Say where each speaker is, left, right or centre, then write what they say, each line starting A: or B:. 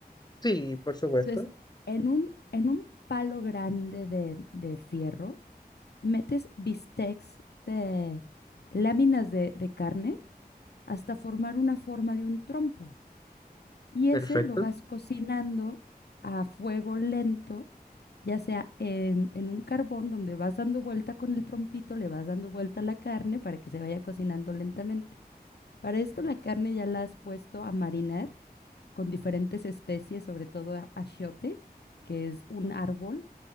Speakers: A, on the left; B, on the left.
A: Sí, por supuesto.
B: Entonces, en un, en un palo grande de, de fierro, metes bistecs de láminas de, de carne hasta formar una forma de un trompo. Y
A: Perfecto.
B: ese lo vas cocinando a fuego lento ya sea en, en un carbón donde vas dando vuelta con el trompito, le vas dando vuelta a la carne para que se vaya cocinando lentamente. Para esto la carne ya la has puesto a marinar con diferentes especies, sobre todo a- achiote, que es un árbol